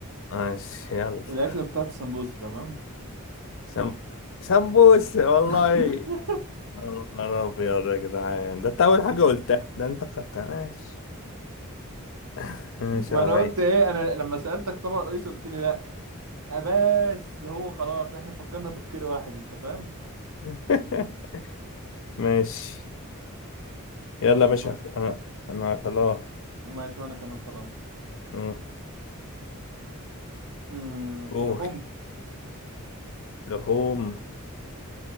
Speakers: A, on the left; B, on the right.
A: ماشي يلا <laughs>
B: الأكلة بتاعت السمبوسة تمام
A: سم... سمبوس والله
B: <laughs>
A: يا نهار أبيض يا جدعان ده انت أول حاجة قلتها ده انت خدتها ماشي <laughs> ماشي
B: ما
A: يا
B: أنا
A: ريس
B: قلت إيه أنا لما سألتك طبق رئيسي قلت لي لأ آه، بس هو خلاص إحنا فكرنا تفكير واحد أنت فاهم
A: <laughs> ماشي
B: ماشي
A: يلا يا باشا
B: نفكر
A: خ- انا انا خلاص
B: ماشي وأنا كمان خلاص
A: مم.
B: أمم،
A: قول
B: لحوم
A: لحوم